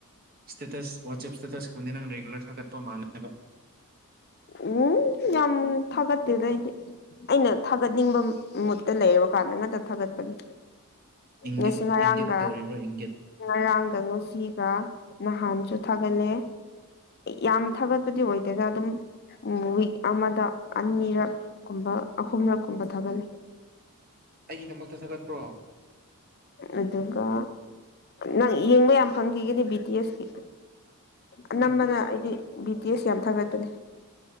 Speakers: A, on the right; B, on the left.
A: ꯁ꯭ꯇꯦꯇꯁ ꯋꯥꯆꯦꯞ ꯁ꯭ꯇꯦꯇꯁꯀꯨꯝꯕꯗꯤ ꯅꯪ ꯔꯤꯒꯨꯂꯔ ꯊꯥꯒꯠꯄ ꯃꯥꯜꯂꯦꯕ
B: ꯑꯣ ꯌꯥꯝ ꯊꯥꯒꯠꯇꯦꯗ ꯑꯩꯗꯤ ꯑꯩꯅ ꯊꯥꯒꯠꯅꯤꯡꯕ ꯃꯨꯠꯇ ꯂꯩꯔꯕꯀꯥꯟꯗ ꯉꯥꯛꯇ ꯊꯥꯒꯠꯄꯅꯤ
A: ꯏꯪꯒꯤꯠ
B: ꯉꯁꯤ ꯉꯔꯥꯡꯒ
A: ꯏꯪꯒꯤꯠ ꯇꯧꯔꯤꯕ꯭ꯔꯥ ꯏꯪꯒꯤꯠ
B: ꯉꯔꯥꯡꯒ ꯉꯁꯤ ꯅꯍꯥꯟꯁꯨ ꯊꯥꯒꯠꯂꯦ ꯌꯥꯝ ꯊꯥꯒꯠꯄꯗꯤ ꯑꯣꯏꯗꯦꯗ ꯑꯗꯨꯝ ꯎꯝ ꯋꯤꯛ ꯑꯃꯗ ꯑꯅꯤꯔꯛ ꯀꯨꯝꯕ ꯑꯍꯨꯝꯂꯛ ꯀꯨꯝꯕ ꯊꯥꯒꯠꯂꯤ
A: ꯑꯩꯒꯤꯗꯃꯛꯇ ꯊꯥꯒꯠꯄ꯭ꯔꯣ
B: ꯑꯗꯨꯒ ꯅꯪ ꯌꯦꯡꯕ ꯌꯥꯝ ꯐꯪꯈꯤꯒꯅꯤ ꯕꯤ ꯇꯤ ꯑꯦꯁ ꯀꯤ ꯑꯅꯝꯕꯅ
A: ꯕꯤ ꯇꯤ ꯑꯦꯁ
B: ꯑꯩꯗꯤ ꯕꯤ ꯇꯤ ꯑꯦꯁ ꯌꯥꯝ ꯊꯥꯒꯠꯄꯅꯦ